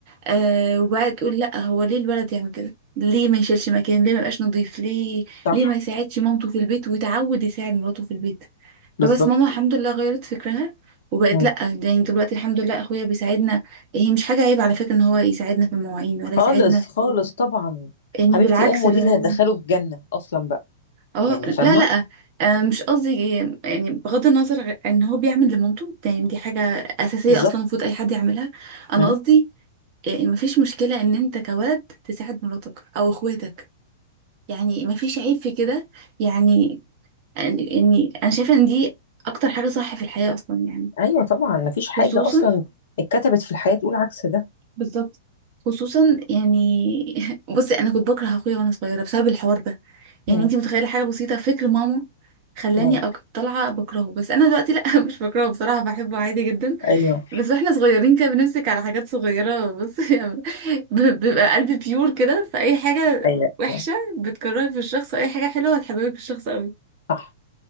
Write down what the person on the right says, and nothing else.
آه وبقى تقول لأ هو ليه الولد يعمل كده ليه ما يشيلش مكان ليه ما يبقاش نظيف ليه
ليه ما يساعدش مامته في البيت ويتعود يساعد مراته في البيت
فبس ماما الحمد لله غيرت فكرها وبقت
لا ده يعني دلوقتي الحمد لله اخويا بيساعدنا هي مش حاجه عيب على فكره ان هو يساعدنا في المواعين ولا يساعدنا
يعني
بالعكس
اللي
هو
اه
لا
لا آه مش قصدي يعني بغض النظر غ- ان هو بيعمل لمامته ده يعني دي حاجه اساسيه
اصلا المفروض اي حد يعملها انا
قصدي يعني مفيش مشكله ان انت كولد تساعد مراتك او اخواتك يعني مفيش عيب في كده يعني يعني انا شايفه ان دي اكتر حاجه صح في الحياه اصلا يعني
خصوصا
بالظبط خصوصا يعني <laughs> بصي انا كنت بكره اخويا وانا صغيره بسبب الحوار ده يعني
انتي متخيله حاجه بسيطه فكر ماما خلاني
أك... طالعه بكرهه بس انا دلوقتي لا <laughs> مش بكرهه بصراحه بحبه عادي جدا
بس واحنا صغيرين كده بنمسك على حاجات صغيره بصي <laughs> ب- بيبقى قلبي بيور كده فاي حاجه
وحشه
بتكرهك في الشخص اي حاجه حلوه بتحببك في الشخص قوي